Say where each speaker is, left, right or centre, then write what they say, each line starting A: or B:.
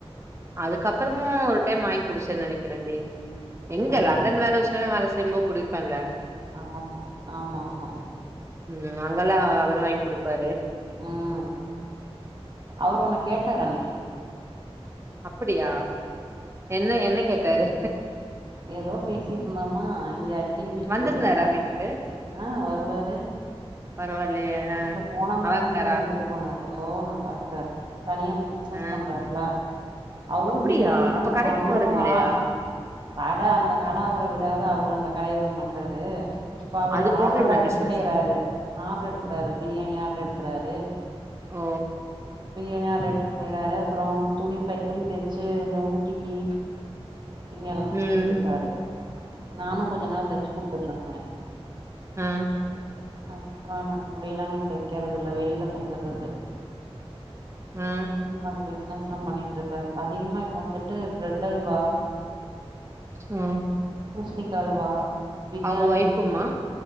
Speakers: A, on the right (about 25°); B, on the right (about 45°).
A: அதுக்கப்பறமும் ஒரு டைம் வாங்கி குடிச்சேனு நெனைக்கிறேன்டி
B: அப்படியா
A: எங்க லண்டன் வேற ன்ல வேல செய்யம்போது குடிப்பன்ல
B: ஆமா ஆமாமா
A: ம் அங்கெல்லா அவரு வாங்கி குடுப்பாரு
B: ம் அவரு ஒன்ன கேட்டாரு அன்னைக்கி
A: அப்டியா என்ன என்ன கேட்டாரு
B: ஏதோ பேசிட்டு இருந்தாமா இங்க அடிக்கடி வீட்டுக்கு
A: வந்திருந்தாரா
B: வருவாரா
A: வீட்டுக்கு
B: ஆ வருவாரே
A: பரவாயில்லையே ஆ
B: இப்ப போன மாசம்
A: நல்லா இருக்காரா
B: கூட வந்துட் து போனாரு ஓன் பாக்றாரு தனியா பிசினஸ்
A: ஆ
B: பண்றாருல அவரும்
A: அப்டியா
B: பிரியாணி
A: அப்ப
B: பண்
A: கடைக்கு
B: அவரும்
A: போறது இல்லையா
B: ஆ அட அந்த கட அவர விடாது அவரு அந்த கடையை விட மாட்டாரு இப்ப அவரு
A: அது போக
B: ஆர்டர் எல்லா
A: இந்த
B: எடுத்து
A: பிசினஸா
B: செய்றாரு ஆர்டர் எடுக்குறாரு பிரியாணி ஆர்டர் எடுக்குறாரு
A: ஓ
B: பிரியாணிய ஆர்டர் எடுத்து செய்றாரு அப்புறம் துணி பை தச்சு இந்த ஊட்டிக்கி இங்க எல்லா தச்சு
A: ம்
B: இருக்காரு நானும் கொஞ்ச நாள் தச்சு குடுக்க சொன்னேன்
A: ம்
B: அப்பறம் என்னால முடியல நா தெக்கறது இல்ல வெளியில குடுத்துடுறது
A: ஆ
B: இப்ப அந்த பிசினஸ் ம் பண்ணிட்டு இருக்காரு அதிகமா இப்ப வந்துட்டு பிரெட் அல்வா
A: ம்
B: பூசணிக்கா அல்வா பிரியாணி
A: அவங்க ஒய்ஃபுமா